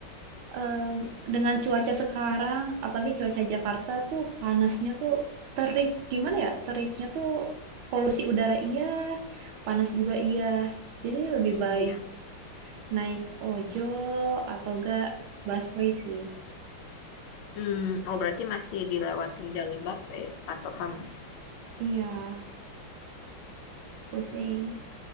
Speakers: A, on the right (about 80°); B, on the left (about 85°).
A: Mmm, dengan cuaca sekarang, apalagi cuaca Jakarta tuh panasnya tuh terik, gimana ya, teriknya tuh polusi udara iya, panas juga iya. Jadi lebih baik
B: iya
A: naik ojol atau enggak busway sih.
B: hmm oh berarti masih dilewatin jalur busway kantor kamu
A: Iya, pusing.